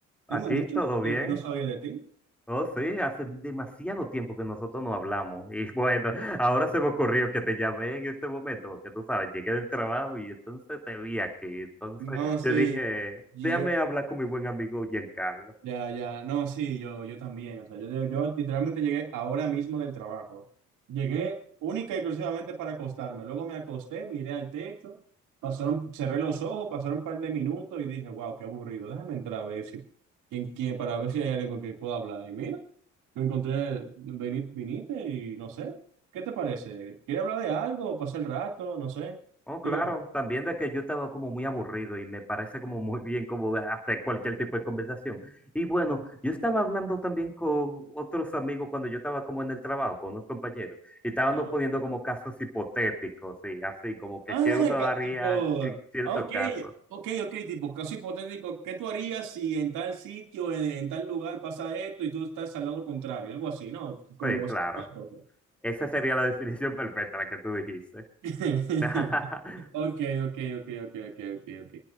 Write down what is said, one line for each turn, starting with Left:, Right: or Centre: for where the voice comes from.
Right: Tengo
Centre: Aquí
Right: mucho
Centre: todo
Right: que
Centre: bien.
Right: no que no sabía de ti.
Centre: Oh, sí, hace demasiado tiempo que nosotros no hablamos. Y <laughs> bueno, ahora se me ocurrió que te llamé en este momento, porque tú sabes, llegué del trabajo y entonces te vi aquí. Entonces
Right: No, sí,
Centre: yo dije,
Right: y
Centre: déjame
Right: yo,
Centre: hablar con mi buen amigo Giancarlo.
Right: Ya, ya, no, sí, yo, yo también, o sea, yo, yo literalmente llegué ahora mismo del trabajo. Llegué única y exclusivamente para acostarme, luego me acosté, miré al techo, pasaron, cerré los ojos, pasaron un par de minutos y dije, wow, qué aburrido, déjame entrar a ver si, quién, quién, para ver si hay alguien con quien pueda hablar. Y mira, me encontré, vini- viniste y no sé, ¿qué te parece? ¿Quieres hablar de algo? ¿Pasar el rato? No sé,
Centre: Oh, claro,
Right: dime. a
Centre: también de que yo estaba como muy aburrido y me parece como muy bien como hacer cualquier tipo de conversación. Y bueno, yo estaba hablando también con otros amigos cuando yo estaba como en el trabajo, con unos compañeros, y estábamos
Right: ver.
Centre: poniendo como casos hipotéticos, y así como que
Right: Ah,
Centre: qué uno haría
Right: ca- tipo,
Centre: en cierto
Right: ah, ok,
Centre: caso.
Right: ok, ok, tipo, caso hipotético, ¿qué tú harías si en tal sitio, en, en tal lugar pasa esto y tú estás al lado contrario? Algo así, ¿no? Como
Centre: Sí, claro.
Right: esas cosas.
Centre: Esa sería la <laughs> definición perfecta, la que tú dijiste.
Right: <laughs>
Centre: <laughs>
Right: Ok, ok, ok, ok, ok, ok, ok.